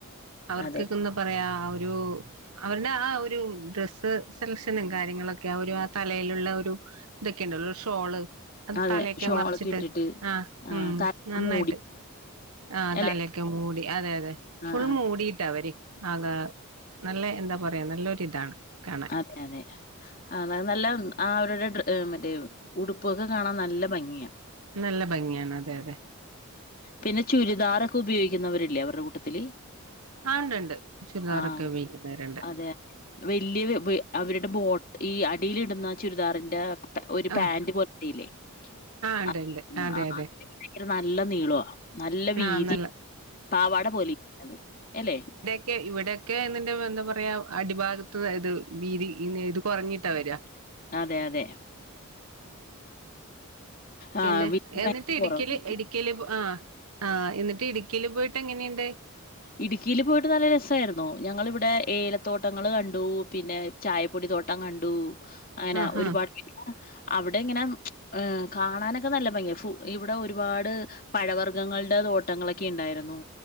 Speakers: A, on the right (about 80°); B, on the left (about 40°).
A: അവർക്ക്
B: അതെ
A: ന്ന് പറയാ ഒരു അവരുടെ ആ ഒരു ഡ്രസ്സ് സെലക്ഷനും കാര്യങ്ങളൊക്കെ ആ ഒരു ആ തലയില്ള്ളൊരു ഇതൊക്കെയുണ്ടല്ലോ രുഷോള് അത്
B: അതെ
A: തലയൊക്കെ
B: ഷോളൊക്കെ
A: മറച്ചിട്ട്
B: ഇട്ടിട്ട്
A: ആഹ്
B: ആ
A: ഉം
B: തല
A: നന്നായിട്ട്
B: മൂടി
A: ആ
B: അല്ലെ
A: തലൊക്കെ മൂടി അതെ യതെ
B: ആ
A: ഫുൾ
B: ആ
A: മൂടീട്ടാവര് ആകാ നല്ല എന്താ പറയാ നല്ലൊരിതാണ് കാണാൻ
B: അതെയതെ ആതെ നല്ല ആ അവരുടെ മറ്റേ ഉടുപ്പൊക്കെ കാണാൻ നല്ല ഭംഗിയാ
A: നല്ല ഭംഗിയാണ് അതെയതെ
B: പിന്നെ ചുരിദാറൊക്കു പയോഗിക്കുന്നവരില്ലേ അവരെ കൂട്ടത്തില്
A: ആഹ് ണ്ട് ണ്ട് ‌‌ ചുരിദാറൊക്കുപയോഗിക്കുന്നവരുണ്ട്
B: ആ അതെ വലിയ ബി അവരുടെ ബോട്ട് ഈ അടിയിലിടുന്ന ചുരിദാറിന്റെ ഒരു
A: ആ
B: പാന്റ് പോലല്ലേ
A: ഉണ്ട്
B: ആ
A: ഉണ്ട് അതെ അതെ
B: അ ത് നല്ല നീളാ നല്ല വീതി
A: ആ നല്ല
B: പാവാട പോലെരിക്കുന്നത് അല്ലെ
A: ക്കെ ഇവിടൊക്കെന്ന്ണ്ടെ എന്താ പറയാ അടിഭാഗത്ത് അതായത് വീതി ഇത് കുറഞ്ഞിട്ടാ വരാ
B: അതെയതെ ആ
A: പിന്നെ
B: വീതി
A: എന്നിട്ട്
B: ഭയങ്കര
A: ഇടുക്കില്
B: കുറവാ.
A: ഇടി ക്കില് ആ ആഹ് ന്നിട്ട് ഇടുക്കീല് പോയിട്ടെങ്ങനെയുണ്ട്?
B: ഇടുക്കീല് പോയിട്ട് നല്ല രസ യിരുന്നൂ ഞങ്ങളിവിടെ ഏലത്തോട്ടങ്ങൾ കണ്ടു പിന്നെ ചായപ്പൊടിത്തോട്ടം കണ്ടൂ അങ്ങനെ
A: ആ ഹാ
B: ഒരുപാട് <unintelligible> അവിടിങ്ങനെ ഏ കാണാനൊക്കെ നല്ല ഭംഗിയാ ഫു ഇവിടെ ഒരുപാട് പഴവർഗ്ഗങ്ങളുടെ തോട്ടങ്ങളൊക്കെണ്ടായിരുന്നു